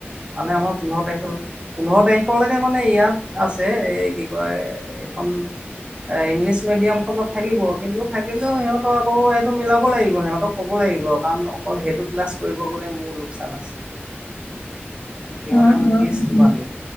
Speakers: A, on the right; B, on the left.
A: মানে আমাৰ পোন্ধৰ তাৰিখলৈ পোন্ধৰ তাৰিখলৈকে মানে ইয়াত আছে এই কি কয়। কম। এ ইংলিছ মিডিয়াম খনত থাকিব কিন্তু থাকিলেও সিহঁতক আকৌ সিহটো মিলাব লাগিব সিহঁত। তক ক'ব লাগিব কাৰণ অকল সেইটো ক্লাছ কৰিব গ'লে মোৰ লোকচান আছে। মানে সিহঁতে
B: উম
A: মোক
B: উম
A: ফিজ
B: উম
A: কিমান
B: উম
A: দিব,